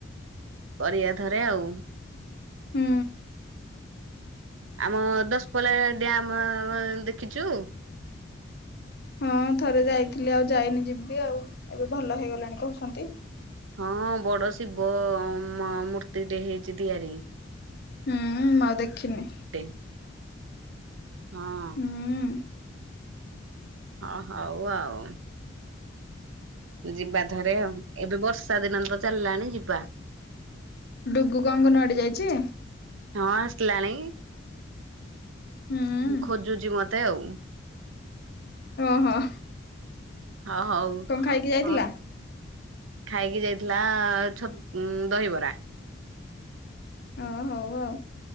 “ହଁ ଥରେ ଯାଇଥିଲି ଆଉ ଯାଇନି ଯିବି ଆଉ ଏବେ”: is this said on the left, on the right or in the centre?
Left